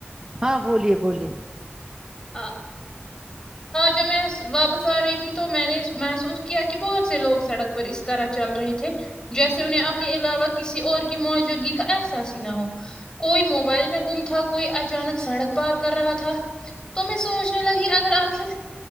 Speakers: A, on the right; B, on the left.
A: ہاں بولیے بولیے
B: ا جب میں واپس آ رہی تھی تو میں نے محسوس کیا کہ بہت سے لوگ سڑک اس طرح چل رہے تھے جیسے انہیں اپنے علاوہ کسی اور کی موجودگی کا احساس ہی نہ ہو کوئی موبائل میں گم تھا کوئی اچانک سڑک پار کر رہا تھا تو میں سوچنے لگی اگر آخر